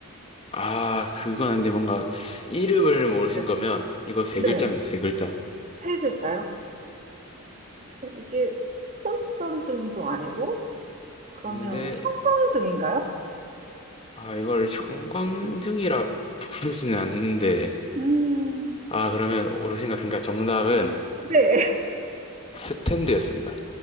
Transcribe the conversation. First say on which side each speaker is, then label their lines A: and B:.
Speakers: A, on the left; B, on the right.
A: 아, 그건 아닌데 뭔가 이름을 모르신
B: 네.
A: 거면 이거 세
B: 네.
A: 글자입니다, 세 글자.
B: 세 글자요? 이게 손전등도 아니고 그러면
A: 근데,
B: 형광등인가요?
A: 아, 이걸 형광등이라 부르지는 않는데,
B: 음,
A: 아, 그러면 어르신 같은가 정답은
B: 네. <laughs>
A: 스탠드였습니다.